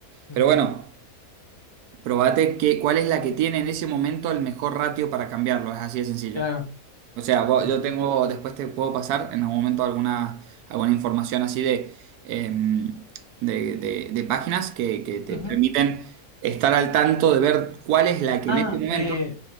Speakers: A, on the left; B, on the right.
A: ujú.
B: Pero bueno. Probate que, cuál es la que tiene en ese momento el mejor ratio para cambiarlo. Es así de sencillo.
A: Claro.
B: O sea, vos-
A: Sí,
B: yo
A: sí.
B: tengo, después te puedo pasar en algún momento alguna, alguna información así de, em, de, de- de páginas que, que te
A: Ujú.
B: permiten estar al tanto de ver cuál es la que
A: Ah,
B: en este momento.
A: eh,